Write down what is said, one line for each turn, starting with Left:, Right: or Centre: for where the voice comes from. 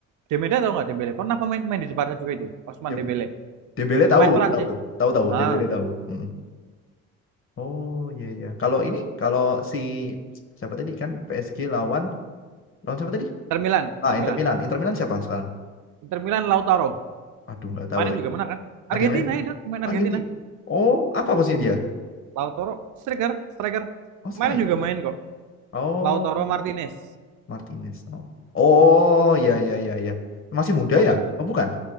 Right: Dembele tau nggak Dembele pernah pemain main di Jepara juga itu Osman
Left: Dem-
Right: Dembele
Left: Dembele tahu,
Right: pemain Perancis
Left: tahu. Tahu tahu
Right: Ah,
Left: Dembele tahu. Hmm. Oh, iya iya. Kalau ini kalau si siapa tadi kan PSG lawan lawan siapa tadi?
Right: Inter Milan, Inter
Left: Ah, Inter
Right: Milan.
Left: Milan. Inter Milan siapa sekarang?
Right: Inter Milan Lautaro.
Left: Aduh, nggak
Right: Kemarin
Left: tahu lagi.
Right: juga menang kan?
Left: Ada
Right: Argentina
Left: yang lain nggak?
Right: itu, main Argentina.
Left: Argentina. Oh, apa posisinya dia?
Right: Lautaro, striker, striker.
Left: Oh, striker.
Right: Kemarin juga main kok.
Left: Oh.
Right: Lautaro Martinez.
Left: Martinez. Oh, oh ya, ya, iya iya. Masih muda
Right: Tahu
Left: ya?
Right: nggak?
Left: Oh bukan,